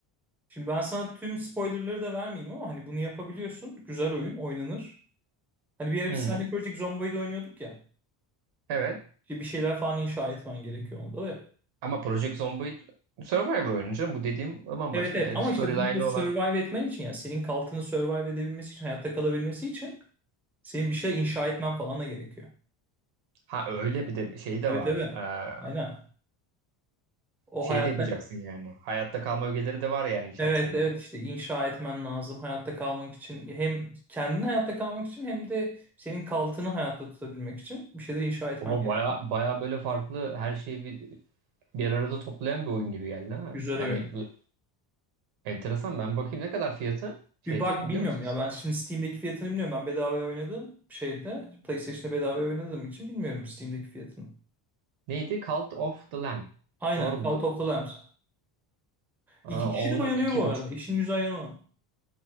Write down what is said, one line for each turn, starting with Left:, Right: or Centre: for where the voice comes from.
Centre: Şimdi ben sana tüm spoilerları da vermeyeyim ama hani bunu yapabiliyorsun. Güzel oyun oynanır. Hani bir ara bir
Right: Hı,
Centre: sahne Project Zomboid'i oynuyorduk ya.
Right: evet.
Centre: İşte bir şeyler falan inşa etmen gerekiyor onda da.
Right: Ama Project Zomboid Survivor oyunu canım. Bu dediğim bambaşka
Centre: Evet evet
Right: yani.
Centre: ama
Right: Bir storyline'ı
Centre: işte bunu da survive
Right: olan.
Centre: etmen için yani senin kaltını survive edebilmesi için hayatta kalabilmesi için senin bir şey inşa etmen falan da gerekiyor.
Right: Ha öyle bir de şey de
Centre: Tabii
Right: var.
Centre: tabii.
Right: Ee,
Centre: Aynen. O
Right: şey
Centre: hayatta
Right: de yapacaksın yani. Hayatta kalma ögeleri de var yani içerisinde.
Centre: evet evet işte inşa etmen lazım hayatta kalmak için hem kendin hayatta kalmak için hem de senin kaltını hayatta tutabilmek için bir şeyler inşa etmen
Right: Oha
Centre: gerekiyor.
Right: baya baya böyle farklı her şeyi bir, bir arada toplayan bir oyun gibi geldi ha.
Centre: Güzel
Right: Yani
Centre: oyun.
Right: bu- enteresan. Ben bakayım ne kadar fiyatı şeyde
Centre: Bir bak
Right: biliyor
Centre: bilmiyorum
Right: musunuz?
Centre: ya ben şimdi Steam'deki fiyatını bilmiyorum ben bedavaya oynadım şeyde PlayStation'da bedavaya oynadığım için bilmiyorum Steam'deki fiyatını.
Right: Neydi? Cult of the Lamb.
Centre: Aynen
Right: Doğru mudur?
Centre: Cult of the Lambs.
Right: Aa,
Centre: İki kişi
Right: on
Centre: de oynanıyor
Right: iki
Centre: bu
Right: buçuk.
Centre: arada. İşin güzel yanı o.